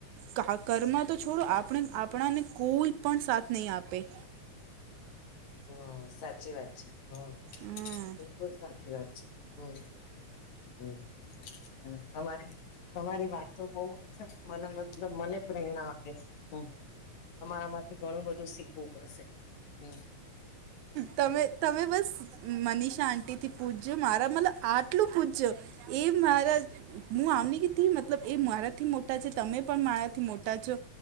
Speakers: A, on the right; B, on the left.
A: કા કર્મા તો છોડો આપણે આપણાને કોઈ પણ સાથ નહી આપે.
B: <inaudible> હા સાચી વાત છે હમ
A: હમ
B: બિલકુલ સાચી વાત છે હમ. હમ હમ્મ તમારે તમારી વાત તો બહું છે મને મન મતલબ મને પ્રેરણા આપે. હમ તમારા માંથી ઘણું બધું શીખવું પડશે. હમ
A: તમે
B: હમ
A: તમે બસ મનીષા આંટીથી પૂજજો મારા મતલબ આટલું પૂછજો એ મારા હું આમ ની કીટી મતલબ એ મારાથી મોટા છે તમે પણ મારાથી મોટા છો